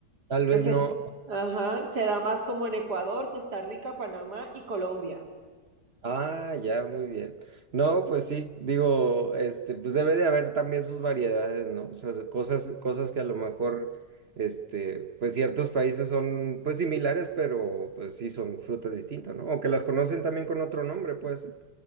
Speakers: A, on the right; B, on the right.
A: tal vez
B: Que se,
A: no.
B: ajá, se da más como en Ecuador, Costa Rica, Panamá y Colombia.
A: Ah, ya, muy bien. No, pues sí, digo, este, pues debe de haber también sus variedades, ¿no? O sea, cosas, cosas que a lo mejor, este, pues ciertos países son, pues similares, pero pues sí son frutas distintas, ¿no? O que las conocen también con otro nombre, puede ser.